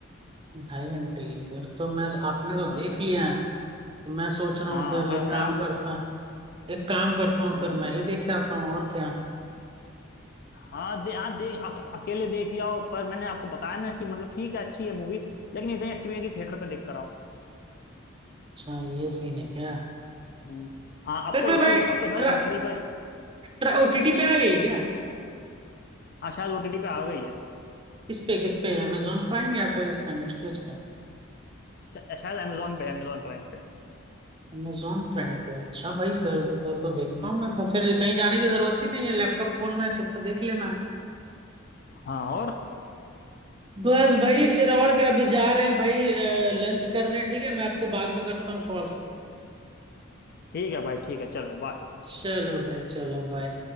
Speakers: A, on the right; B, on the left.
A: ढाई घंटे की फिर तो मैं आपने तो
B: हाँ
A: देख लिया है तो मैं सोच रहा
B: हाँ
A: हूँ फिर
B: और
A: एक
B: मैं
A: काम करता एक काम करता हूँ
B: हम्म,
A: फिर मैं ही देख आता हूँ और क्या
B: हाँ दे हाँ दे अक- अकेले देख के आओ पर मैंने आपको बताया ना कि मतलब ठीक है अच्छी है मूवी लेकिन इतनी अच्छी भी नहीं कि थिएटर पे देख कर आओ
A: अच्छा ये सीन है क्या
B: हम्म हाँ
A: फिर
B: अब तो
A: भी भाई
B: ओटीटी
A: ट्रा,
B: अब तो शायद ओटीटी पर
A: ट्रा, ओटीटी पे आ गई है क्या
B: हाँ शायद ओटीटी पे आ गई है
A: किस पे किस पे अमेजोन प्राइम या फिर इस पे नेटफ्लिक्स पे
B: शा- शायद अमेजोन पे अमेजोन प्राइम पे
A: अमेजोन प्राइम पे अच्छा भाई फिर फिर तो देखता
B: हम्म
A: हूँ मैं फिर, फिर कहीं जाने की जरूरत ही नहीं है लैपटॉप खोलना है फिर तो देख लेना है
B: हाँ और
A: बस भाई फिर और क्या अभी जा रहे हैं भाई लंच करने ठीक है मैं आपको बाद में करता हूँ कॉल
B: ठीक है भाई ठीक है चलो बाय
A: चलो भाई चलो बाय